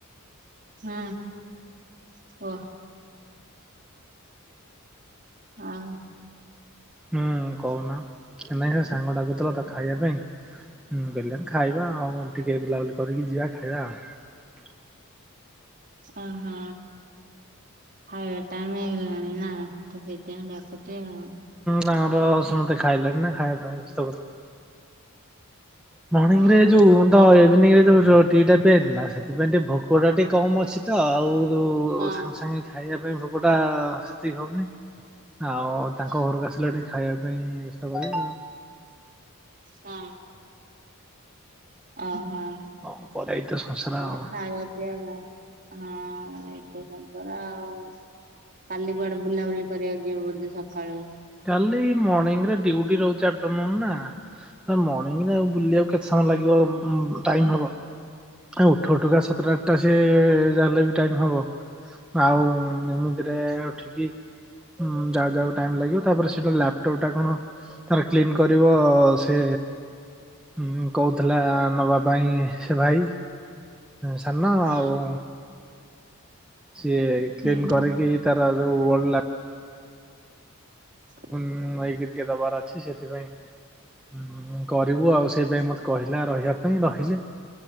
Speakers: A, on the right (about 35°); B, in the centre.
A: ହଁ ଓ। ହଁ।
B: ହୁଁ କହୁନ। ନାଇଁ ସେ ସାଙ୍ଗ ଡାକୁଥିଲା ତ ଖାଇବା ପାଇଁଁ ମୁଁ କହିଲି ଖାଇବା ଆଉ ଟିକେ ବୁଲାବୁଲି କରିକି। ଯିବା ଖାଇବା ଆଉ।
A: ଅ ହଁ। ଖାଇବା ଟାଇମ ହେଇଗଲାଣି ନା। <unintelligible> ସେଥିପାଇଁ ଡାକୁଥିବେ ଆଉ।
B: ନା ଆମର ସମସ୍ତେ ଖାଇଲେଣି ନା। ଖାଇବା ପାଇଁ ସବୁ ମର୍ଣ୍ଣିିଂ
A: ଓହୋ
B: ରେ ଯୋଉ <unintelligible>
A: ସେଇ
B: ଇଭିନିଂ ରେ ଯୋଉ ଟି ଟା ପିଆହେଇଥିଲା। ସେଥିପାଇଁ ଟିକେ ଭୋକ ଟା ଟିକେ କମ ଅଛି ତ ଆଉ
A: ହଁ
B: ସାଙ୍ଗେ ସାଙ୍ଗେ ଖାଇବା ସେଥିପାଇଁ ଭୋକ ଟା ସେତିକି ହଉନି। ଆଉ ତାଙ୍କ
A: ହଁ
B: ଘରକୁ ଆସିଲେ ଏଠି ଖାଇବା ପାଇଁ ବେସ୍ତ କଲେ ଆଉ।
A: ହଁ। ଅ ହଁ।
B: <unintelligible>
A: ହଁ,
B: ଆଉ।
A: ଖାଇବା ପିଇବା ହଁ ଏଇତ। <unintelligible> ହଉ। କାଲି କୁଆଡେ ବୁଲାବୁଲି କରିବା ଯିବୁ ବୋଧେ ସକାଳୁ?
B: କାଲି ମର୍ଣିଂରେ ଡ୍ୟୁଟି ରହୁଛି ଆଫ୍ଟରନୁନ ନା। ମର୍ଣିଂରେ ଆଉ ବୁଲି ବାକୁ କେତେ ସମୟ ଲାଗିବ ଟାଇମ ହବ। ଉଠୁ ଉଠୁ କା ସାତଟା ଆଠଟା ସିଏ ଯାହେଲେ ବି ଟାଇମ ହବ। ଆଉ ଏମିତିରେ ଉଠିକି ଯାଉ ଯାଉ ଟାଇମ ଲାଗିବ। ତାପରେ ସେଇଟା ଲାପଟପ୍ ଟା କଣ ତାର କ୍ଲିନ କରିବ ସେ ହୁଁ, କହୁଥିଲା ନବା ପାଇଁ ସେ ଭାଇ। ସାନ
A: ହଁ
B: ଆଉ ସିଏ କ୍ଲିନ୍
A: ହୁଁ
B: କରିକି ତାର ଯଉ ଓଲ
A: <inaudible>
B: ହୁଁ, ଏଇକି ଟିକେ ଦବାର ଅଛି ସେଥିପାଇଁଁ କରିବୁ ଆଉ। ସେଇଥିପାଇଁ ମତେ କହିଲା ରହିବା ପାଇଁ ରହିଲି।